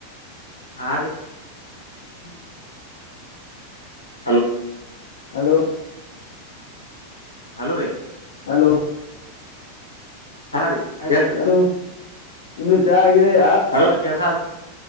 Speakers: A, on the left (about 80°); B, on the left (about 60°).
A: ಹ ರೀ <unintelligible> ಹಲೋ
B: ಹಲೋ
A: ಹಲೋ ರೀ
B: ಹಲೋ
A: ಹಾ ರೀ ಹೇಳ್ರಿ
B: ಹಲೋ ನಿಮ್ದು ಚಾ ಆಗಿದ <unintelligible>
A: ಹಲೋ ರತಿಯ ಸಾ <unintelligible>